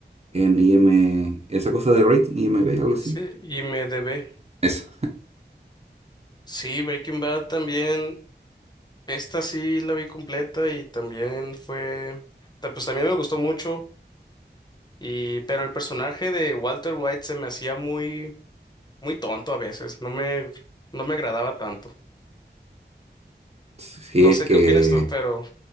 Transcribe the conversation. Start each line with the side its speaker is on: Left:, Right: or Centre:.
Right: en IM, esa cosa de rating, IMB, algo así.
Left: Sí, y me debe.
Right: Eso.
Left: Sí, Breaking Bad también, esta sí la vi completa y también fue, ta- pues también me gustó mucho, y, pero el personaje de Walter White se me hacía muy, muy tonto a veces, no me, no me agradaba tanto.
Right: Sí,
Left: No
Right: es
Left: sé
Right: que
Left: qué opinas tú, pero